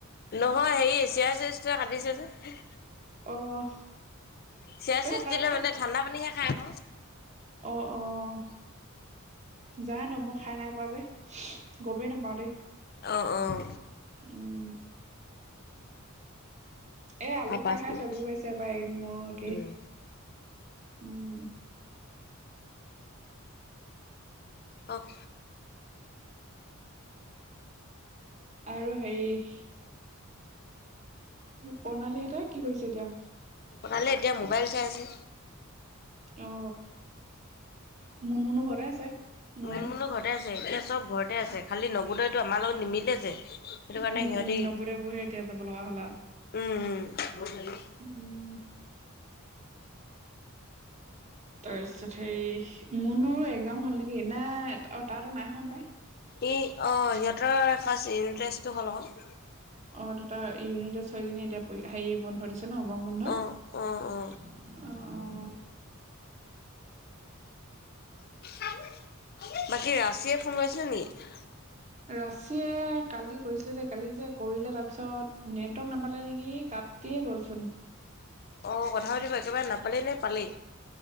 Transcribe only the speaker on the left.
নহয়। হেৰি, চিয়া চিছটোৱে কাটিছে যে।
চিয়া
চিছ
দিলে মানে ঠাণ্ডা পানীহে খাই আক'।
অঁ, অঁ।
আৰু
পাঁচ
মিনিট
উম
অঁহ।
ভালেই। এতিয়া মোবাইল ছাই আছে।
মুনমুনো ঘৰতে আছে। এতিয়া চব্‌ ঘৰতে আছে। খালি নগোদয়টো আমাৰ লগত নিমিলেজে। সেইটো কাৰণে
সিহঁতি,
উম, উম।
ই, অঁ, সিহঁতৰ ফাৰ্ষ্ট ইউনিট্ৰেষ্টটো হ'ল ক'।
অ অ অ
বাকী ৰাচিয়ে ফোন মাৰিছিলে নেকি?
অঁ, কথা পাতিব একেবাৰে নাপালি নে পালি?